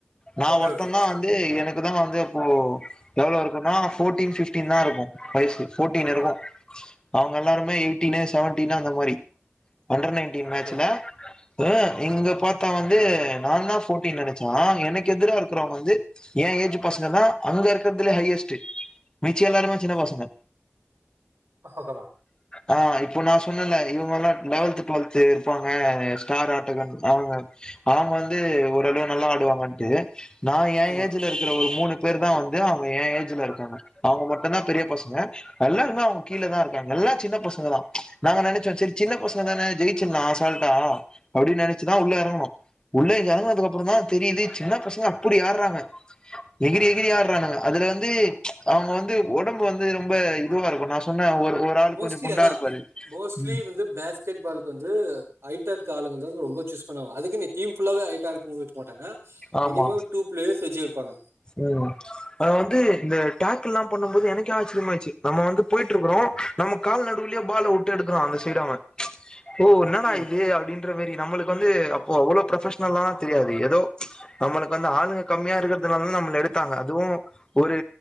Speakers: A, on the left (about 20°); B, on the right (about 85°).
A: நா
B: ஓகே
A: ஒருத்த
B: ஓகே
A: தா வந்து எனக்கு இனாமா வந்து இப்போ எவ்ளோ இருக்குனா ஃபோட்டீன் ஃபிப்டீன் தா இருக்கு வயசு ஃபோட்டீன்
B: ஓகே
A: இருக்கு அவுங்க எல்லாருமே எய்ட்டீனு செவன்டினு அந்த மாரி அண்டர் நைன்டீன் மேச்சில
B: ஓகே
A: அ இங்க பாத்தா வந்து நா தா ஃபோட்டீ நெனச்சா எனக்கு எதிரா இருக்குறவங்க வந்து எ ஏஜ் பசங்க தா அங்க இருக்கற்துல ஹையஸ்ட்டு மிச்ச எல்லாருமே சின்ன பசங்க
B: ஹக்ககலா
A: ஆ இப்போ நா சொன்னேல இவ்லோ லெவல்த்து டுவெல்து இருப்பாங்க ஸ்டார் ஆட்டகன் அவுங்க அவுங்க வந்து ஓரளவு நல்லா ஆடுவாங்கன்ட்டு நான் என்
B: ஆமா
A: ஏஜ்ல இருக்கிற ஒரு மூணு பேர் தா வந்து அவுங்க எ ஏஜ்ல இருக்காங்க அவுங்க மட்டுதா பெரிய பசங்க எல்லாருந்தா அவுங்க கீழ தா இருக்காங்க எல்லா சின்ன பசங்கதா ப்ச நாங்க நெனைச்சோ செரி சின்ன பசங் இப்பதானே ஜெயச்சாலாம் அசால்டா அப்படின்னு நினைச்சுதான் உள்ள இறங்கணும் உள்ள இறங்கனதுக்கு அப்புறம் தான் தெரியுது சின்ன பசங்க அப்படி ஆடாறாங்க எகிரி எகிரி ஆடாறாங்கன்னு அதுல வந்து அவங்க வந்து உடம்பு வந்து ரொம்ப இதுவா இருக்கும் நான் சொன்னே ஒரு ஒரு ஆள்
B: மோஸ்ட்லி
A: கொஞ்சோ குண்டா
B: அதான்
A: இருப்பாரு
B: மோஸ்ட்லி
A: ம்
B: வந்து பேஸ் கெட்டு பாலுக்கு வந்து அயிட்டர்காலங்க ரொம்ப சூஸ் பண்ணுவாங்க அதுக்கு நிற்தி டீம் ஃபுல்லாவே அயிட்டா இருக் குவைக்க மாட்டாங்க
A: ஆமா
B: மினிமம் டூபிளேயர்ஸ் வச்சு இருப்பாங்க
A: ம் அத வந்து இந்த டேக்கல்லாம் பண்ணும் போது எனக்கே ஆச்சரியமா ஆயிச்சு நம்ம வந்து போயிட்டு இருக்கிறோம் நம்ம கால் நடுவுலயே பால்வுட்டு எடுக்கிறான் அந்த சைடு அவன் ஓ என்னடா
B: ம்
A: இது அப்படின்ற மாரி நம்மளுக் வந்து அப்போ அவ்ளோ ப்ரொபஷனலா தெரியாது எதோ நம்மளுக்கு வந்து ஆளுங்க கம்மியா இருக்கிறதுனால நம்மல எடுத்தாங்க அதுவும் ஒரு